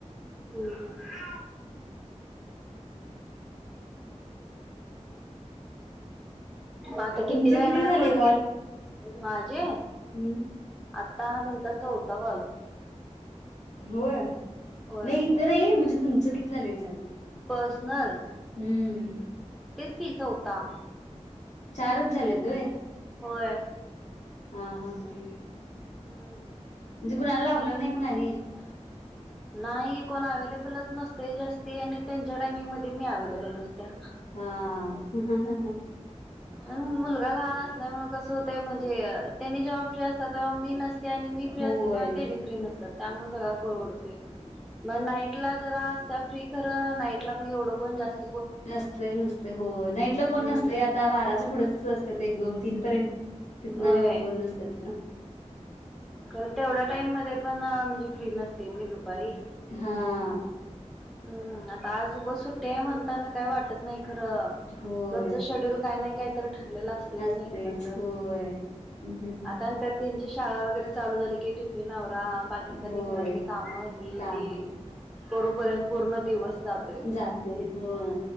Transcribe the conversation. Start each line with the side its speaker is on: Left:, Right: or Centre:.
Centre: हम्म आता कितीला
Left: तुमचं किती
Centre: येणार
Left: झालंय
Centre: मुलगी?
Left: कॉल?
Centre: माझी.
Left: हम्म
Centre: आता हा तुमचा चौथा कॉल.
Left: होय
Centre: होय
Left: नाही इथं नाही म्हणजे तुमचं किती झालं विचारले.
Centre: पर्सनल
Left: हम्म
Centre: तेच की चवता.
Left: चारच झाल्यात होय?
Centre: होय.
Left: हा हा हा ह.
Centre: ह.
Left: म्हणजे कुणाला लावलं नाही मग आणि?
Centre: <unintelligible> नाही कोण अवेलेबलच नसतय जास्ती आणि त्यांच्या टाइमिंगमध्ये मी अवेलेबल नसत्या.
Left: हा.
Centre: मुलगा लहान असल्यामुळे कसं होतय म्हणजे त्यांनी जेव्हा फ्री असतात तेव्हा मी नस ते आणि मी फ्री
Left: होय
Centre: असते तेव्हा तेनी फ्री नसतात, त्यामुळे सगळा घोळ उडतोय. मग नाईट ला जरा असत्या फ्री खर नाईटला मग एवढं कोण जास्त
Left: नसतय नसतय हो नाईटला कोण
Centre: हम्म
Left: नसतया आ आता बाराच्या पुढेच असतात एक दोन तीन पर्यंत तिथन
Centre: होय
Left: अन मग कोण नसत्यात.
Centre: खरं तेवढ्या टाईम मध्ये पण म्हणजे फ्री नसते मी दुपारी.
Left: ह.
Centre: हम्म आता आज उघंच सुट्टी आहे म्हणताना काय वाटत नाही खरं
Left: होय.
Centre: रोजच शेड्यूल काय नाही काय तर ठरलेलं असतयच
Left: असतेच.
Centre: नी घरातलं
Left: होय. हं, हं, हं.
Centre: आता तर शाळा वगैरे चालू झाली की टिफिन आवरा बाकीच
Left: होय.
Centre: आणि घरातली काम हे
Left: कामं
Centre: ते करूपर्यंत पूर्ण दिवस जातोय
Left: जाते. होय.